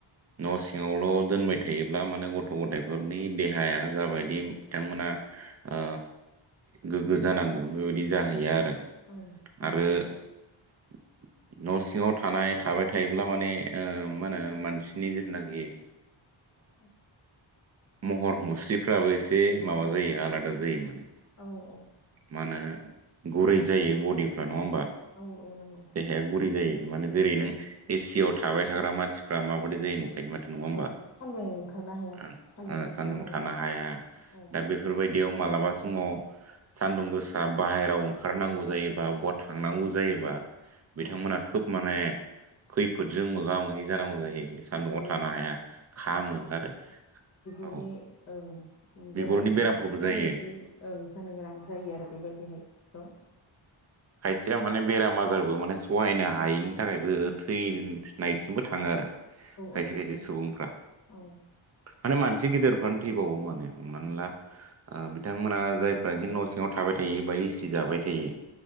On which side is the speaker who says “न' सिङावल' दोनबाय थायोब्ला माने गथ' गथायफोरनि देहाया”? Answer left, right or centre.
Right